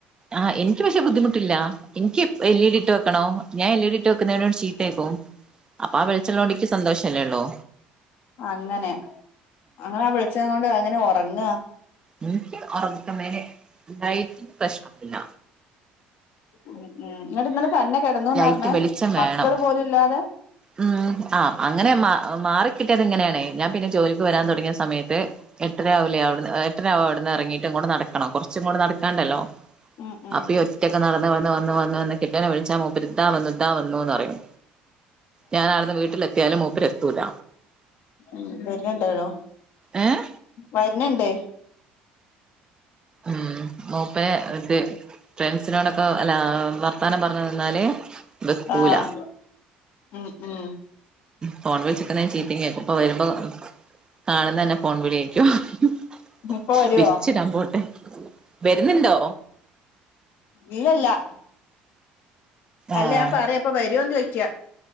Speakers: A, on the right; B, on the left.
A: ആ എനിക്ക് പക്ഷേ ബുദ്ധിമുട്ടില്ല. എനിക്ക് എപ് എൽ ഇ ഡി ഇട്ട് വെക്കണോം. ഞാൻ എൽ ഇ ഡി ഇട്ട് വെക്കുന്നവനോട് ചീത്തേക്കും. അപ്പൊ ആ വെളിചെള്ളോണ്ട് ക്ക് സന്തോഷല്ലേള്ളൂ.
B: അങ്ങനെ. അങ്ങനെ വെളിച്ചം കൊണ്ട് എങ്ങനെ ഒറങ്ങാ.
A: ൻക്ക് ഒറക്കുന്നേല് തായിട്ട് പ്രശ്നോന്നില്ല.
B: ഉം ഉം എന്നിട്ട് ഇന്നലെ തന്നെ കെടന്നു ന്ന
A: ലൈറ്റ്
B: പറഞ്ഞേ
A: വെളിച്ചം വേണം
B: മക്കള് പോലും ഇല്ലാതെ?
A: ഉം ആ അങ്ങനെ മാ മാറിക്കിട്ടിയത് ഇങ്ങനേണ്. ഞാൻ പിന്നെ ജോലിക്ക് വരാൻ തുടങ്ങിയ സമയത്ത്, എട്ടരാവൂലെ അവിട്ന്ന് എട്ടരാവും അവിടുന്ന് എറങ്ങിയിട്ട് ഇങ്ങോട്ട് നടക്കണം. കുറച്ച് ഇങ്ങോട്ട് നടക്കാണ്ടല്ലോ.
B: ഉം ഉം
A: അപ്പ ഇ ഒറ്റക്ക് നടന്ന് വന്ന് വന്ന് വന്ന് വന്ന് കിട്ടനെ വിളിച്ചാ മോ - ഇപ്പത്തുട്ടാ വന്നുട്ട ഇതാ വന്നുന്ന് പറയും ഞാൻ നടന്ന് വീട്ടിലെത്തിയാലും മൂപ്പര് എത്തൂല
B: ഉം വരുനുണ്ടോലോ.
A: ഏഹ്
B: വര ന്ന്‌ ണ്ട്‌.
A: ഉം മോപ്പേ ഇത് ഫ്രണ്ട്സിനോടൊക്കെ അല്ല വർത്താനം പറഞ് നിന്നാല് വെക്കൂല.
B: ആഹ് ഉം ഉം.
A: ഫോൺ വിളിചിക്കുന്നോണ്ട് ചീത്തീം കേക്കും ഇപ്പം വരുമ്പോ കാണുന്നന്നെ ഫോൺ വിളിയേ -
B: ഇപ്പൊ വരുവോ
A: വിരിച്ചിടാൻ പോട്ടെ. വരുന്നുണ്ടോ?
B: ഇല്ലല്ല അല്ല
A: ആഹ
B: ഞാൻ പറയാ ഇപ്പൊ വരുവോന്ന് ചോദിക്കാ